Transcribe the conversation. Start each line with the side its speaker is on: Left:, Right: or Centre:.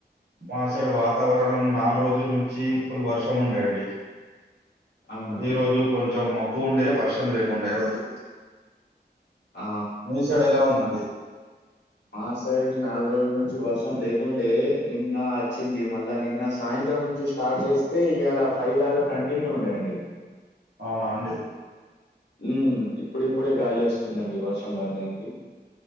Right: మా సైడు వాతావరణం నాలుగు రోజుల నుంచి ఫుల్ వర్షం ఉండే అండి
Left: అవునా
Right: ఈ రోజు కొంచెం మబ్బు ఉండే వర్షం లేకుండే ఈ రోజు
Left: ఆ
Right: మీ సైడ్ ఎలా ఉందండి
Left: మా సైడ్ నాలుగు రోజుల నుంచి వర్షం లేకుండే నిన్న వచ్చింది మళ్ళా నిన్న సాయంత్రం నుంచి స్ స్టార్ట్ చేస్తే ఇవాలా ఫై దాగా కంటిన్యూ ఉండేయండి
Right: అవునా అండి
Left: ఉ ఇప్పుడు ఇప్పుడే గాలి వస్తుందండి వర్షం బంద్ అయింది